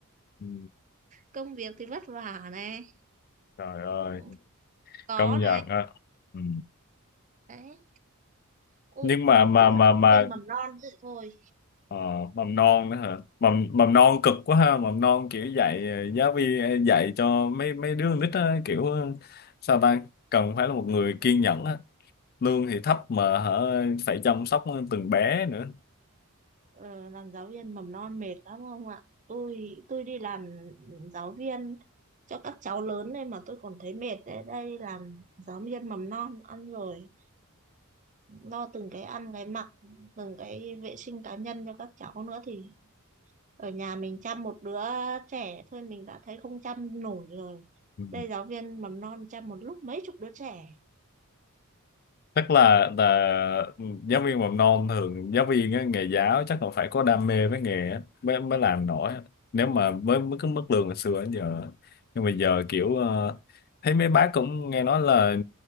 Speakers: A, on the left (about 45°); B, on the right (about 35°).
A: Ừ.
B: công việc thì vất vả này
A: Trời ơi,
B: Ừ, có
A: công nhận
B: này
A: á. Ừ.
B: đấy Ôi,
A: Nhưng mà
B: mà
A: mà
B: nhất là
A: mà mà
B: giáo viên mầm non vậy thôi.
A: ờ, mầm non nữa hả? Mầm mầm non cực quá ha, mầm non kiểu dạy ờ, giáo viên ờ, dạy cho mấy mấy đứa con nít á, kiểu ờ, sao ta cần phải là một người kiên nhẫn á. Lương thì thấp mà hả phải chăm sóc từng bé nữa.
B: Ờ, làm giáo viên mầm non mệt lắm không ạ? Tôi tôi đi làm giáo viên cho các cháu lớn nên mà tôi còn thấy mệt đấy. Đây làm giáo viên mầm non ăn rồi lo từng cái ăn cái mặc, từng cái vệ sinh cá nhân cho các cháu nữa thì ở nhà mình chăm một đứa trẻ thôi mình đã thấy không chăm nổi rồi.
A: Ừ.
B: Đây giáo viên mầm non chăm một lúc mấy chục đứa trẻ.
A: chắc là là giáo viên mầm non thường giáo viên á, nghề giáo chắc là phải có đam mê với nghề á, mới mới làm nổi á. nếu mà với với cái mức lương hồi xưa đến giờ nhưng mà giờ kiểu ờ, thấy mấy bác cũng nghe nói là